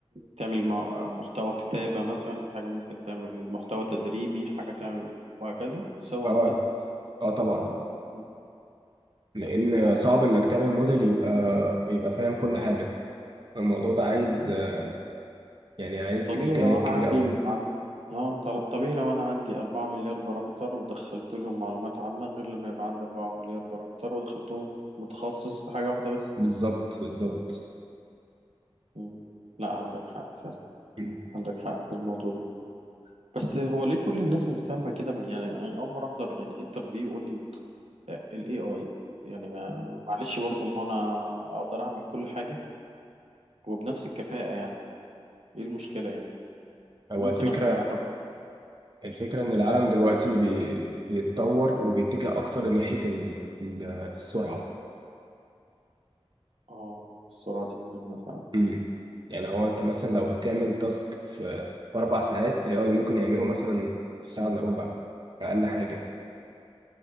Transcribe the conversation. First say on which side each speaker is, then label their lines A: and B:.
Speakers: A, on the right (about 85°); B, on the right (about 50°).
A: تعمل مع- محتوى كتابه مثلا في حاجه ممكن تعمل محتوى تدريبي حاجه تعمل وهكذا صور
B: اه
A: بس
B: اه طبعا
A: آه. م-
B: لان صعب انك تعمل موديل يبقى يبقى فاهم كل حاجه الموضوع ده
A: م-
B: عايز
A: م.
B: آه، يعني عايز
A: طبيعي
B: امكانيات
A: لو انا
B: كبيره
A: عندي
B: قوي
A: عن اه طل- طبيعي لو انا عندي 4 مليار بارامتر ودخلت لهم معلومات عامه غير لما يبقى عندي 4 مليار بارامتر ودخلتهم في متخصص في حاجه واحده بس
B: بالظبط بالظبط
A: م. لا عندك حق فعلا
B: م.
A: عندك حق في الموضوع ده بس هو ليه كل الناس مهتمة كده بال- يعني أنا أول مرة أحضر يعني انترفيو يقول لي آه، ال AI يعني ما معلش برضه ما هو أنا أقدر أعمل كل حاجة وبنفس الكفاءة يعني إيه المشكلة يعني
B: هو
A: وممكن
B: الفكره
A: أبقى هب...
B: الفكره ان العالم دلوقتي بي... بيتطور وبيتجه اكتر ناحيه ال... ال- السرعه
A: آه السرعة دي مهمة فعلا
B: امم يعني هو انت مثلا
A: مم.
B: لو هتعمل تاسك في في اربع ساعات الاي اي ممكن يعمله مثلا في ساعه الا ربع اقل حاجه